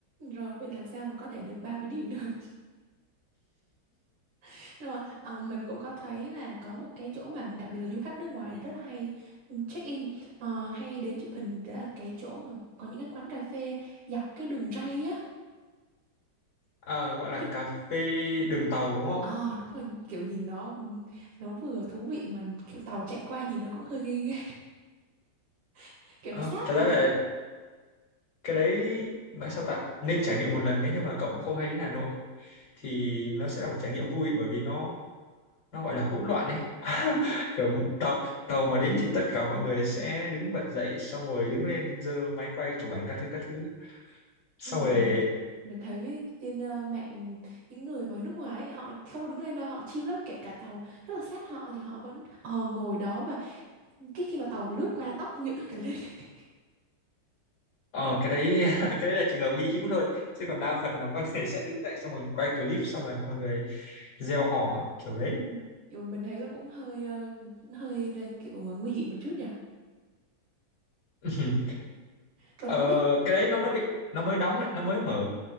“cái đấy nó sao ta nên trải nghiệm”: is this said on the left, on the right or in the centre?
Left